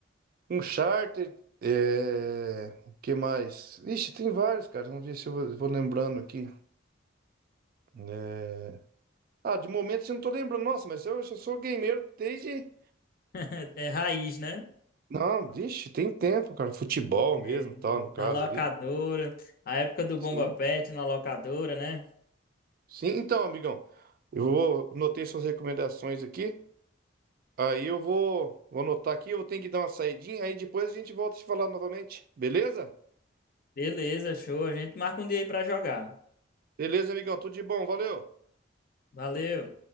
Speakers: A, on the right; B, on the left.
A: Uncharted, é... o que mais? Ixi, tem vários, cara. Vamos ver se eu vou, vou lembrando aqui. É... Ah, de momento eu não tô lembrando. Nossa, mas eu, eu sou gamer desde.
B: <laughs> É raiz, né?
A: Não, vixe, tem tempo, cara. Futebol
B: É,
A: mesmo, tal, no caso
B: da locadora.
A: ali.
B: A época do
A: Sim.
B: Bomba Pet na locadora, né?
A: Sim, então, amigão. Eu vou anotei suas recomendações aqui. Aí eu vou, vou anotar aqui, eu vou ter que dar uma saidinha, aí depois a gente volta a se falar novamente. Beleza?
B: Beleza, show. A gente marca um dia aí pra jogar.
A: Beleza, amigão. Tudo de bom, valeu.
B: Valeu.